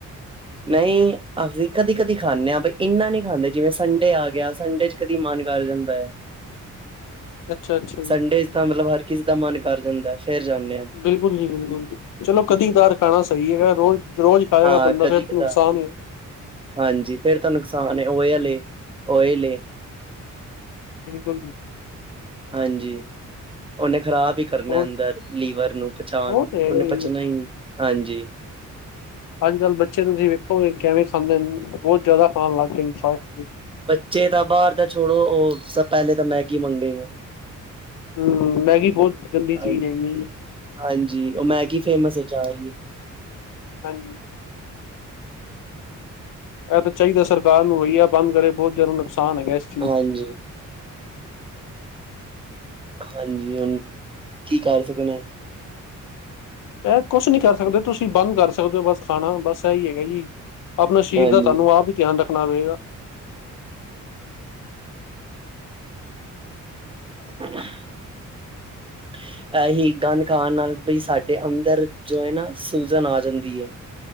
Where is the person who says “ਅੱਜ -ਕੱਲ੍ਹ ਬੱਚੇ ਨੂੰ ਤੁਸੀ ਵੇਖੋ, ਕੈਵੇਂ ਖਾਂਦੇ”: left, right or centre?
Left